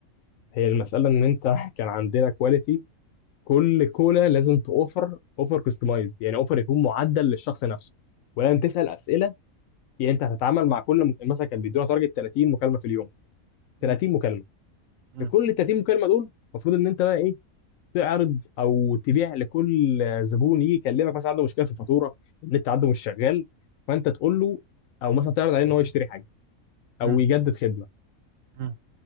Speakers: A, on the left (about 70°); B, on the right (about 70°).
A: هي المساله ان انت كان عندنا كواليتي كل كولا لازم توفر اوفر كستمايزد يعني اوفر يكون معدل للشخص نفسه ولازم تسال اسئله يعني انت هتتعامل مع كل م- مثلا كان بيدونا تارجت 30 مكالمه في اليوم
B: مم،
A: 30 مكالمه
B: مم،
A: في كل 30 مكالمه دول المفروض ان انت بقى ايه تعرض او تبيع لكل زبون يجي يكلمك مثلا عنده مشكله في الفاتوره النت عنده مش شغال فانت تقول له او مثلا تعرض عليه ان هو يشتري حاجه
B: مم،
A: او يجدد خدمه
B: مم.